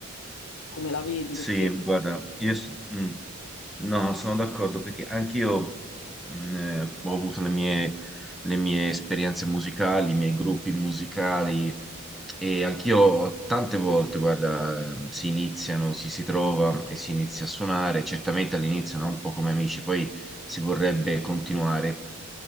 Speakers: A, on the left (about 70°); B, in the centre.
A: come la vedi,
B: Sì,
A: perché...
B: guarda, io, s- mm. No, sono d'accordo perché anch'io mh, eh, ho avuto le mie, le mie esperienze musicali, i miei gruppi musicali e anch'io tante volte, guarda, eh, si iniziano, ci si trova e si inizia a suonare, certamente all'inizio no? Un po' come amici, poi si vorrebbe continuare.